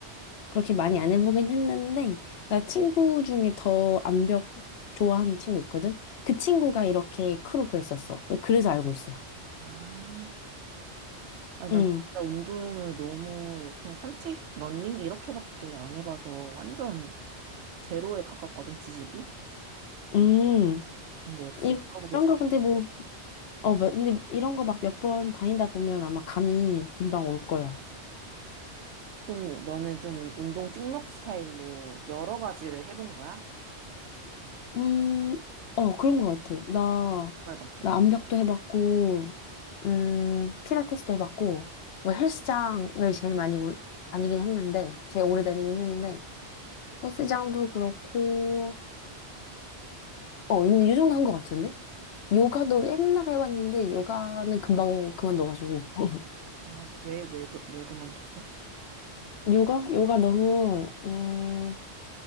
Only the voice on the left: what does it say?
그렇게 많이 안 해보긴 했는데, 나 친구 중에 더 암벽 좋아하는 친구 있거든? 그 친구가 이렇게 크루 구했었어. 그래서 알고 있어.
응,
음,
이-
이런
거 근데 뭐, 어, 뭐- 근데 이런 거 막 몇 번 다니다 보면 아마 감이 금방 올 거야.
음, 어, 그런 것 같아. 나,
나 암벽도 해봤고, 음, 필라테스도 해봤고, 뭐 헬스장을 제일 많이 올- 다니긴 했는데, 제일 오래 다니긴 했는데, 헬스장도 그렇고, 어, 이, 이 정도 한 것 같은데? 요가도 옛날에 해봤는데, 요가는 금방 그만둬가지고. <laughs>
요가? 요가 너무, 음,